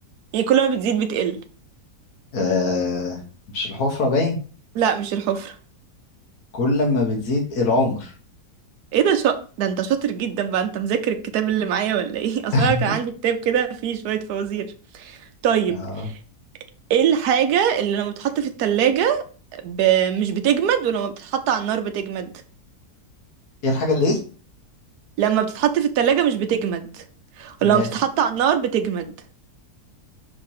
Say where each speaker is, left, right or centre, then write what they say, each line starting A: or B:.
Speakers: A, on the right; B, on the left.
A: يعني كل ما بتزيد بتقل
B: آه مش الحفرة باين
A: لا مش الحفرة
B: كل ما بتزيد العمر
A: ايه ده شا... ده انت شاطر جدا بقى انت مذاكر الكتاب اللي معايا ولا ايه <laughs> اصلا
B: <laughs>
A: كان عندي كتاب كده فيه شوية فوازير طيب
B: اه
A: ايه الحاجة اللي لما بتتحط في التلاجة ب... مش بتجمد ولما بتتحط على النار بتجمد
B: ايه الحاجة اللي ايه
A: لما بتتحط في التلاجة مش بتجمد
B: ماشي
A: ولما بتتحط على النار بتجمد